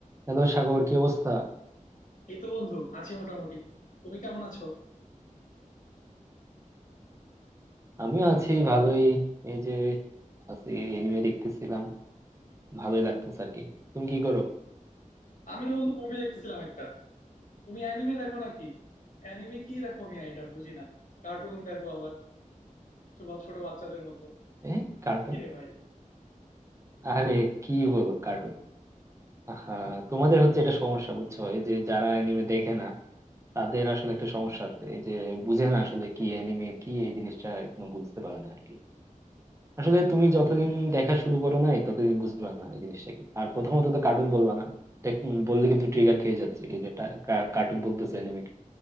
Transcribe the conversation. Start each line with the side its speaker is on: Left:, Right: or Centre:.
Right: Hello Sagar কি অবস্থা
Left: এই তো বন্ধু আছি মোটামুটি তুমি কেমন আছো
Right: আমিও আছি ভালোই এই যে আছি এনিমে দেখতেছিলাম ভালোই লাগতেছে আর কি তুমি কি করো
Left: আমি তো বন্ধু মুভি দেখতেছিলাম একটা তুমি অ্যানিমে দেখো নাকি অ্যানিমে কি দেখো আমি এটা বুঝি না কার্টুন দেখো আবার ছোট ছোট বাচ্চাদের মতো
Right: এ কার্টুন
Left: কি রে ভাই
Right: আরে কি বলো কার্টুন আহা তোমাদের হচ্ছে এটা সমস্যা বুঝছো এই যে যারা এনিমে দেখে না তাদের আসলে একটা সমস্যা আছে এই যে বুঝে না আসলে কি এনিমে কি এই জিনিসটা এখনো বুঝতে পারে না আর কি আসলে তুমি যতদিন দেখা শুরু করো নাই ততদিন বুঝবা না এই জিনিসটা কি আর প্রথমত তো কার্টুন বলবা না দেখ, বললে কিন্তু ট্রিগার খেয়ে যাচ্ছে এই যে কার্টুন বলতেছে এনিমে